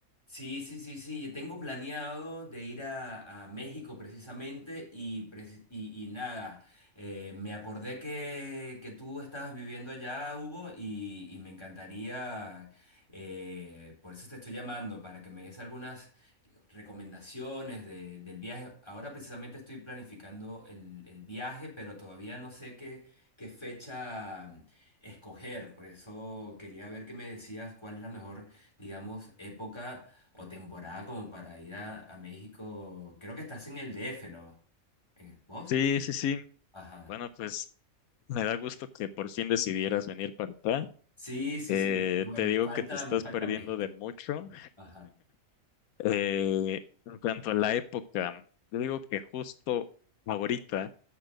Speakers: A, on the left; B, on the left.
A: Sí, sí, sí, sí. Yo tengo planeado de ir a, a México precisamente y, preci- y, y nada, eh, me acordé que, que tú estabas viviendo allá, Hugo, y, y me encantaría, eh, por eso te estoy llamando, para que me des algunas recomendaciones de- del viaje. Ahora precisamente estoy planificando el, el viaje, pero todavía no sé qué, qué fecha escoger. Por eso quería ver qué me decías, cuál es la mejor digamos, época o temporada como para ir a, a México. Creo que estás en el DF, ¿no? ¿En, vos?
B: Sí, sí, sí.
A: Ajá.
B: Bueno, pues me da gusto que por fin decidieras venir para acá.
A: Sí, sí,
B: Eh,
A: sí. Bueno,
B: te
A: me
B: digo
A: falta,
B: que te estás
A: me falta
B: perdiendo
A: México.
B: de mucho.
A: Ajá.
B: Eh, en cuanto a la época, yo digo que justo ahorita